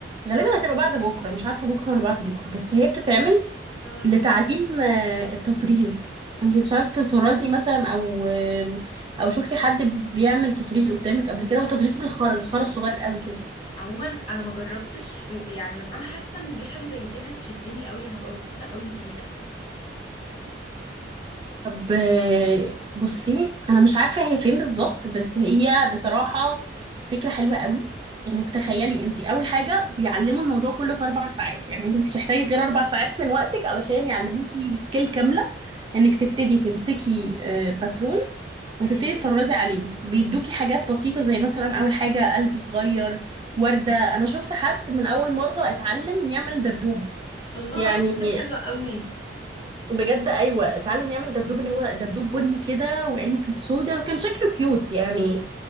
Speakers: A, on the right; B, on the left.
A: غالبا هتبقى بعد بكره مش عارفه بكره ولا بعد بكره بس هي بتتعمل
B: ها
A: لتعليم آه، التطريز انتي بتعرفي تطرزي مثلا او آه، او شفتي حد بيعمل تطريز قدامك قبل كده هو
B: لا،
A: تطريز
B: كانت
A: بالخرز
B: تحفة.
A: خرز صغير قوي كده
B: عموما انا ما جربتش و- يعني بس انا حاسه ان دي حاجه زي دي هتشدني قوي وهبقى مبسوطه قوي بيها
A: طب آه، بصي انا مش عارفه هي فين بالظبط بس هي بصراحه فكره حلوه قوي انك تخيلي انت اول حاجه بيعلموا الموضوع كله في اربع ساعات يعني انت مش هتحتاجي غير اربع ساعات من وقتك علشان يعلموكي سكيل كامله انك تبتدي تمسكي آه، باترون
B: امم
A: وتبتدي تطردي عليه بيدوكي حاجات بسيطه زي مثلا اول حاجه قلب صغير ورده انا شفت حد من اول مره اتعلم يعمل دبدوب
B: الله
A: يعني
B: في حاجات حلوه قوي
A: بجد ايوه اتعلم يعمل دبدوب اللي هو دبدوب بني كده وعينه كانت سودة وكان شكله كيوت يعني